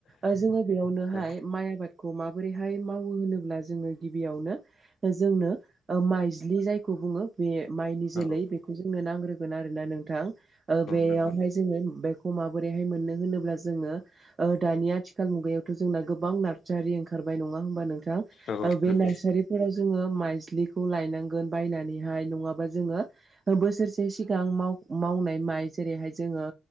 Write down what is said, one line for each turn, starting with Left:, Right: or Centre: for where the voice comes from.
Right: ओ जोङो बेयावनोहाय
Left: औ
Right: माइ आबादखौ माबोरैहाय मावो होनोब्ला जोङो गिबियावनो जोंनो ओ माइज्लि जाय खौ बुङो बे माइनि जोलै
Left: औ
Right: बेखौ जोंनो नांग्रोगोन आरोना नोंथां ओ बेयावहाय
Left: नंगौ
Right: जोङो बे खौ माबोरैहाय मोननो होनोब्ला जोङो ओ दानि आथिखाल मुगायावथ' जोंना गो बां नारसारि ओंखारबाय नङा होमबा नोंथां
Left: औ
Right: ओ बे
Left: नंगौ
Right: नारसारिफोराव जोङो माइज्लिखौ लायनांगोन बायनानैहाय नङाबा जोङो बोसोरसे सिगां माव मावनाय माइ जेरैहाय जोङो